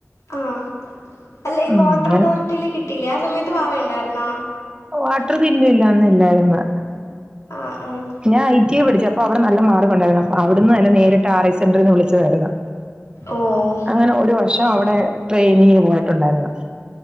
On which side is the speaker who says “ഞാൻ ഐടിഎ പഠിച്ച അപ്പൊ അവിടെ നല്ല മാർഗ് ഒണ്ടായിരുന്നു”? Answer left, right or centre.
Right